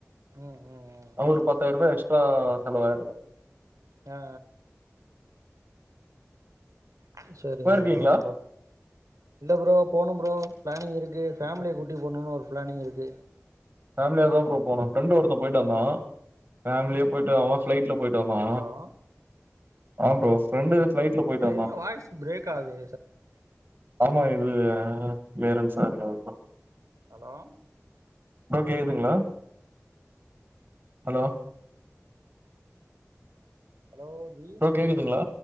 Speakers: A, on the right; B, on the right.
A: ம் ம் ம்
B: அவரு
A: ம்
B: பத்தாயிர ரூபாய் எஸ்டா செலவாயிர்க்கு
A: அ அ அ செரிங்க
B: போயிருக்கீங்களா?
A: செரிங்க ப்ரோ இல்ல ப்ரோ போணு ப்ரோ பிளானிங் இருக்கு ஃபேமிலிய கூட்டி போணுனு ஒரு பிளானிங் இருக்கு
B: ஃபேமிலியா தா ப்ரோ போன ஃப்ரண்ட் ஒருத்த போயிட்டு
A: ம்
B: வந்தா ஃபேமிலியா போயிட்டு அவ ஃபிளைட்ல போயிட்டு வந்தா
A: ஹலோ
B: ஆ ப்ரோ ஃபிரண்டு பிளைட்ல போயிட்
A: என்னா வாய்ஸ் பிரேக் ஆவுது
B: ஆமா இது கிளியர்ன்சா இருக்காது ப்ரோ
A: அலோ
B: ப்ரோ கேக்குதுங்ளா ஹலோ
A: ஹலோ ஜி
B: கேக்குதுங்ளா